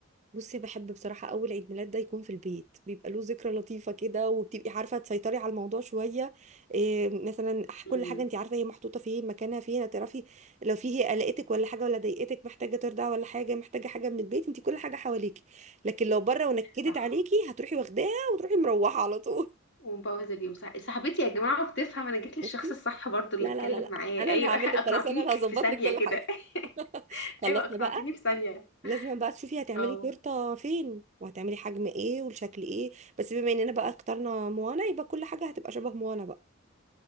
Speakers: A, on the right (about 35°); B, on the left (about 60°).
A: بصي بحب بصراحة أول عيد ميلاد ده يكون في البيت بيبقى له ذكرى لطيفة كده وبتبقي عارفة تسيطري على الموضوع شوية إيه مثلا ح-
B: امم
A: كل حاجة أنت عارفة هي محطوطة فين مكانها فين هتعرفي لو في هي قلقتك ولا حاجة ولا ضايقتك محتاجة ترضع ولا حاجة محتاجة حاجة من البيت أنت كل حاجة حواليكي لكن لو بره ونكدت
B: صح
A: عليكي هتروحي واخداها وتروحي مروحة على طول
B: ومبوظ اليوم صح صاحبتي يا جماعه بتفهم انا
A: <laughs>
B: جيت للشخص
A: شفتي؟
B: الصح برضو اللي
A: لا
B: اتكلم
A: لا لا لا
B: معاه
A: أنا
B: ايوه
A: اللي هعمل
B: <laughs> اقنعتيني
A: لك خلاص أنا اللي
B: في
A: هظبط
B: ثانيه
A: لك كل
B: كده
A: حاجة <laughs>
B: <laughs>
A: خلصنا
B: ايوه اقنعتيني
A: بقى
B: في ثانيه
A: لازم بقى تشوفي هتعملي
B: اه
A: تورته فين وهتعملي حجم ايه والشكل ايه بس بما اننا بقى اخترنا موانا يبقى كل حاجه هتبقى شبه موانا بقى